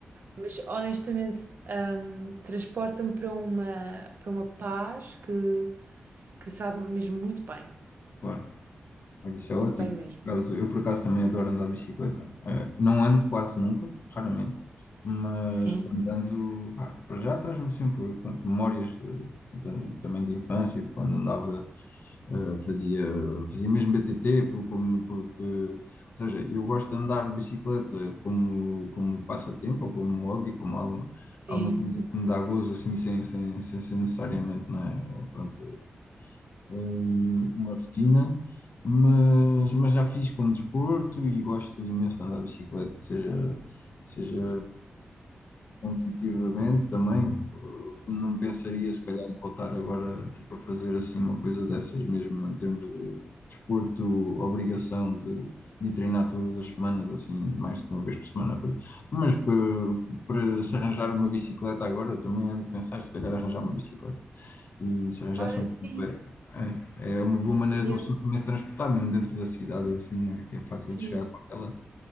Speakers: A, on the right; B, on the left.
A: mas honestamente ahm, transporta-me para uma, para uma paz que, que sabe mesmo muito bem,
B: claro. Olha, Isso é ótimo.
A: muito bem mesmo.
B: Por acaso- Eu, por acaso, também adoro andar de bicicleta. Eh, não ando quase nunca, raramente, mas
A: Sim,
B: quando ando, pá, para já traz-me sempre pronto, memórias de- de- também de infância, de quando andava, eh, fazia, fazia mesmo BTT, por como- porque, ou seja, eu gosto de andar de bicicleta como, como passatempo ou como hobby, como alguma,
A: sim.
B: alguma coisa que me dá gozo, assim, sem, sem, sem ser necessariamente, né, pronto, hum, uma rotina, mas, mas já fiz como desporto e gosto imenso de andar de bicicleta, seja, seja competitivamente também. Não pensaria, se calhar, em voltar agora tipo, a fazer assim uma coisa dessas, mesmo em termos de desporto, obrigação de, de treinar todas as semanas, assim, mais de uma vez por semana. pois. Mas para, para se arranjar uma bicicleta agora, também ando a pensar, se calhar, arranjar uma bicicleta e se arranjasse
A: Olha,
B: uma
A: sim,
B: bicicleta. É, é uma boa maneira
A: podíamos,
B: de uma pessoa também se transportar, mesmo dentro da cidade, assim, né, que é fácil
A: sim.
B: de chegar com ela.